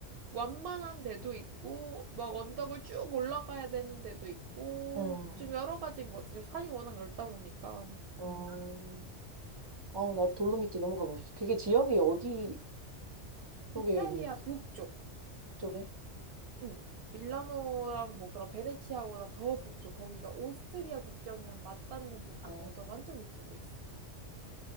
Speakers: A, on the right (about 65°); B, on the right (about 35°).
A: 완만한 데도 있고, 막 언덕을 쭉 올라가야 되는 데도 있고,
B: 응.
A: 좀 여러 가지인 것 같아요. 산이 워낙 넓다 보니까.
B: 어, 아, 나 돌로미티 너무 가보고 싶어. 그게 지역이 어디 쪽에
A: 이탈리아
B: 있는 거지?
A: 북쪽,
B: 북쪽에?
A: 음, 밀라노랑 뭐 그런 베네치아보다 더 북쪽, 거기가 오스트리아 국경이랑 맞닿는 부분이어서
B: 아,
A: 완전 위쪽에 있어.